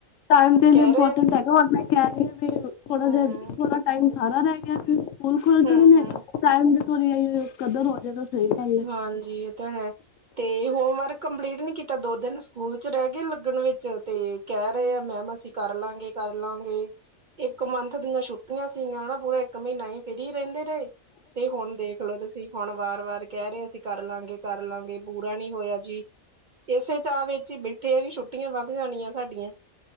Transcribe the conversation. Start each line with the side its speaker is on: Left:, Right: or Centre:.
Left: ਟਾਇਮ ਤੇ ਇੰਮਪੋਟੇਟ
Right: ਕਹਿ ਰਹੇ
Left: ਹੈਗਾ, ਹੋਰ ਮੈ ਕੇਹ ਰਈ ਆ ਵੀ ਥੋੜਾ
Right: ਹਮ
Left: ਜੇਹਾ, ਥੋੜਾ ਟਾਈਮ ਸਾਰਾ ਰੈਹ ਗੇਆ ਫਿਰ, ਸਕੂਲ ਖੁੱਲ
Right: ਹਮ
Left: ਜਾਣੇ ਨੇ,
Right: ਹਮ
Left: ਟਾਈਮ ਦੀ ਥੋੜੀ ਜੇਈ ਕਦਰ ਹੋ ਜਾਏ ਤਾਂ ਸਈ ਗਲ ਆ,
Right: ਹਾਂਜੀ ਏ ਤਾਂ ਹੈ, ਤੇ ਹੋਮ ਵਰਕ ਕੰਪਲੀਟ ਨੀ ਕੀਤਾ, ਦੋ ਦਿਨ ਸਕੂਲ ਚ ਰੈ ਗਏ ਲੱਗਣ ਵਿੱਚ ਤੇ, ਕੈਹ ਰਹੇ ਆ, ਮੈਮ ਅਸੀਂ ਕਰਲਾਗੇ- ਕਰਲਾਗੇ, ਇੱਕ ਮੰਥ ਦੀਆਂ ਛੁੱਟੀਆਂ ਸੀਗੀਆਂ ਹਨਾ, ਪੂਰਾ ਇੱਕ ਮਹੀਨਾ ਏ, ਫਰੀ ਰੈਦੇ ਰਏ ਤੇ ਹੁਣ ਦੇਖਲੋ ਤੁਸੀਂ ਹੁਣ ਵਾਰ -ਵਾਰ, ਕਹਿ ਰਹੇ ਅਸੀਂ ਕਰ -ਲਾਂਗੇ -ਕਰ -ਲਾਂਗੇ ਪੂਰਾ ਨੀ ਹੋਇਆ ਜੀ, ਏਸੇ ਚਾਅ ਵਿੱਚ ਚ ਬੈਠੇ ਆ ਜੀ, ਛੁੱਟੀਆਂ ਵੱਧ ਜਾਣੀਆਂ ਸਾਡੀਆਂ